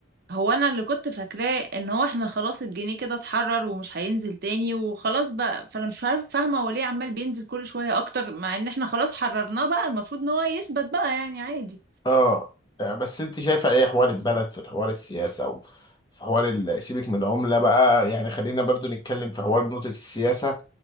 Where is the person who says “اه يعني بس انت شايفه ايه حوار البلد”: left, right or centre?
Left